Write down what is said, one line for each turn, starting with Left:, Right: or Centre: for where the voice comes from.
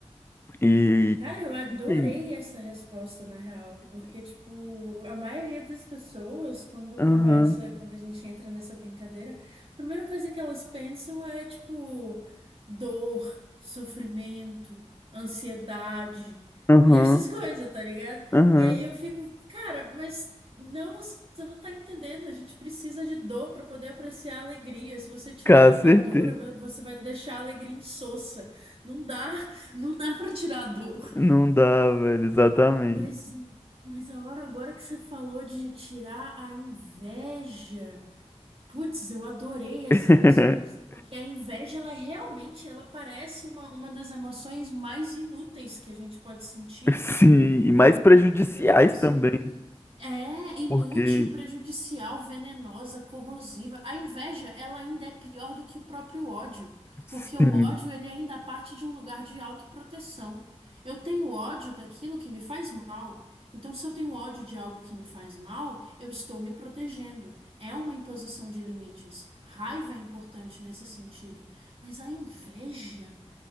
Left: E.
Right: Cara, eu adorei
Left: Enfim.
Right: essa resposta, na real, porque, tipo, a maioria das pessoas, quando
Left: Aham.
Right: começa, quando a gente entra nessa brincadeira, a primeira coisa que elas pensam é, tipo, dor, sofrimento, ansiedade
Left: Aham.
Right: e essas <laughs> coisas, tá ligado?
Left: Aham.
Right: E aí eu fico, cara, mas não, você não tá entendendo, a gente precisa de dor pra poder apreciar a alegria. Se você tirar
Left: Cara, certeza.
Right: a dor, você vai deixar a alegria insossa. Não dá. Não dá pra tirar a dor.
Left: Não dá, velho, exatamente.
Right: Mas, mas a hora agora que você falou de tirar a inveja, putz, eu adorei essa
Left: <laughs>
Right: resposta. Porque a inveja, ela realmente, ela parece uma, uma das emoções mais inúteis que a gente pode sentir, né?
Left: Sim, e mais
Right: Eu não,
Left: prejudiciais
Right: con- eu não consigo.
Left: também,
Right: É inútil,
Left: porque,
Right: prejudicial, venenosa, corrosiva. A inveja, ela ainda é pior do que o próprio ódio,
Left: sim,
Right: porque o ódio ele ainda parte de um lugar de autoproteção. Eu tenho ódio daquilo que me faz mal. Então, se eu tenho ódio de algo que me faz mal, eu estou me protegendo. É uma imposição de limites. Raiva é importante nesse sentido. Mas a inveja,